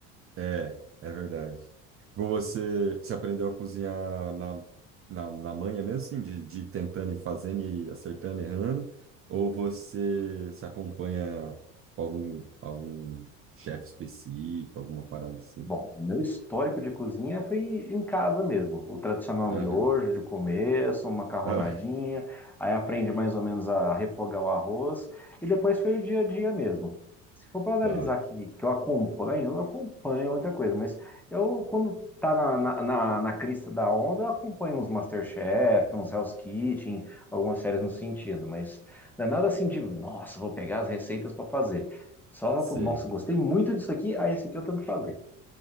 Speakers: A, on the right; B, in the centre.
A: É, é verdade. Tipo, você, você aprendeu a cozinhar na, na, na manha mesmo, assim, de, de ir tentando e fazendo e acertando, errando? Ou você se acompanha, tipo, algum, algum chefe específico, alguma parada assim?
B: Bom, meu histórico de cozinha foi em casa mesmo. O tradicional
A: Aham.
B: miojo de começo, uma macarronadinha,
A: Ah,
B: aí aprende
A: <laughs>
B: mais ou menos a refogar o arroz, e depois foi o dia a dia mesmo. Se for para analisar
A: tá,
B: aqui, que eu acompanho, eu não acompanho muita coisa, mas eu, quando tá na, na, na, na crista da onda, eu acompanho uns MasterChef, uns Hell's Kitchen, algumas séries nesse sentido, mas não é nada assim de, nossa, vou pegar as receitas para fazer. Só,
A: sei.
B: nossa, gostei muito disso aqui, aí esse aqui eu tento fazer.